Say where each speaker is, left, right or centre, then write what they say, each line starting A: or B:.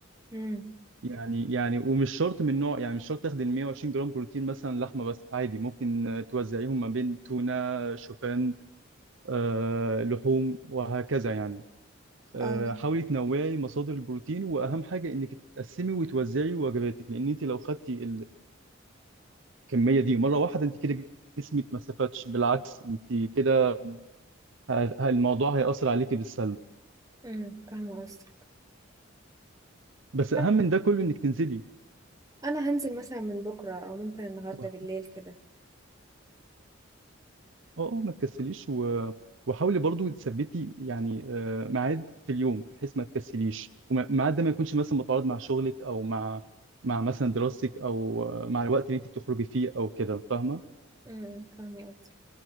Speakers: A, on the right (about 15°); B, on the right (about 65°).
A: مم.
B: يعني يعني ومش شرط من نوع يعني مش شرط تاخدي ال 120 جرام بروتين مثلا لحمه بس عادي ممكن آه، توزعيهم ما بين تونه شوفان آه لحوم وهكذا يعني آه
A: اه
B: حاولي تنوعي مصادر البروتين واهم حاجه انك تقسمي وتوزعي وجباتك لان انت لو خدتي الكميه دي مره واحده انت كده جسمك ما استفادش بالعكس انت كده ه- الموضوع هيأثر عليكي بالسلب
A: امم فاهمه قصدك
B: بس اهم
A: طيب
B: من ده كله انك تنزلي
A: انا هنزل مثلا من بكره او ممكن النهارده
B: و- اه
A: بالليل كده
B: اه ما تكسليش و... وحاولي برضو تثبتي يعني آه، ميعاد في اليوم بحيث ما تكسليش وميعاد ده ما يكونش مثلا متعارض مع شغلك او مع مع مثلا دراستك او آه، مع الوقت اللي انت بتخرجي فيه او كده فاهمه
A: امم فاهمه قصدي